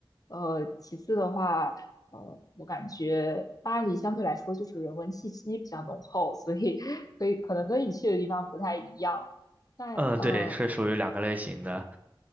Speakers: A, on the left; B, on the right.
A: 呃，其次的话，呃，我感觉巴黎相对来说就是人文气息比较浓厚，所以 <laughs> 可以可能跟你去的地方不太一样。那呃，
B: 嗯，对，是属于两个类型的。